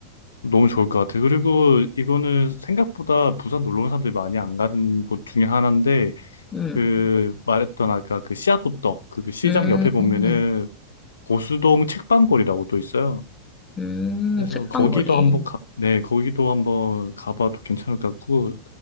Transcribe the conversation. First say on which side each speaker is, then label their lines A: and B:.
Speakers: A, on the left (about 70°); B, on the left (about 20°).
A: 너무 좋을 것 같아요. 그리고 이거는 생각보다 부산 놀러 온 사람들이 많이 안 가는 곳 중에 하나인데
B: 음,
A: 그 말했던 아까 그 씨앗호떡 그 그 시장
B: 음,
A: 옆에 보면은
B: 음,
A: 보수동 책방골이라고 또 있어요.
B: 음,
A: 그래서
B: 책방거리.
A: 거기도 한번 가, 네, 거기도 한번 가봐도 괜찮을 것 같고,